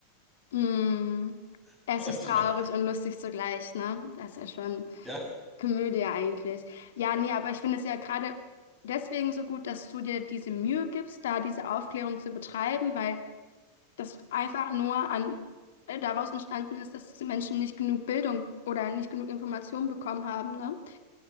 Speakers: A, on the left; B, in the centre.
A: mm,
B: <laughs>
A: es
B: Weißt
A: ist
B: du,
A: traurig
B: was ich meine?
A: und lustig zugleich, ne? Das ist ja schon.
B: Ja.
A: Komödie eigentlich. Ja, nee, aber ich finde es ja gerade deswegen so gut, dass du dir diese Mühe gibst, da diese Aufklärung zu betreiben, weil das einfach nur an, äh, daraus entstanden ist, dass diese Menschen nicht genug Bildung oder nicht genug Information bekommen haben, ne?